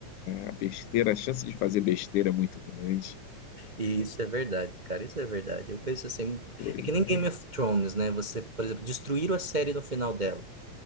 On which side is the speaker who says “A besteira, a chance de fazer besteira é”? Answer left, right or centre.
Left